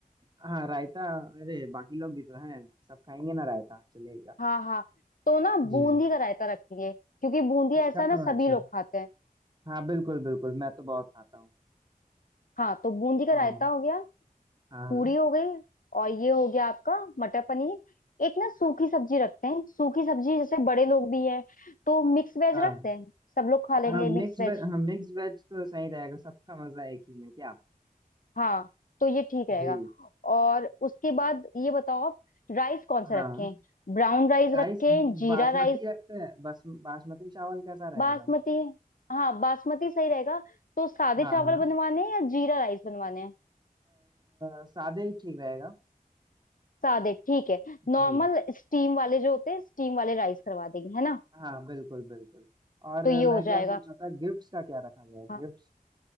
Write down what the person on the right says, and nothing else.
हाँ रायता अरे बाकी लोग भी तो हैं सब खाएंगे ना रायता चलेगा
जी
इसका
अच्छा
हाँ बिल्कुल बिल्कुल मैं तो बहुत खाता हूँ
हाँ
हाँ
हाँ
हाँ मिक्स
वेज हाँ मिक्स वेज तो सही रहेगा सबका मजा एक ही में क्या
जी
हाँ
राइस
बासमती
रखते हैं बस बासमती चावल कैसा रहेगा
हाँ
हाँ
अ, सादे ही ठीक रहेगा
जी
हाँ बिल्कुल बिल्कुल और
मैं
क्या सोच रहा था गिफ्ट्स का क्या रखा जाए
गिफ्ट्स